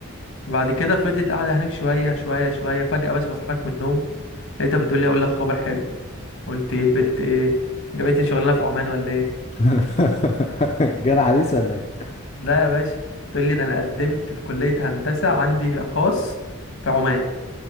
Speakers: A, on the left; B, on the left.
A: بعد كده فضلت قاعدة هناك شوية شوية شوية فجأة يا باشا بصحى لك من النوم لقيتها بتقول لي اقول لك خبر حلو قلت ايه البت
B: إيه؟
A: ايه جابت لي شغلانه في عمان ولا ايه
B: <laughs> جرى عريس ولا ايه
A: لا يا باشا تقول لي ده انا قدمت في كليه هندسه عندي في خاص في عمان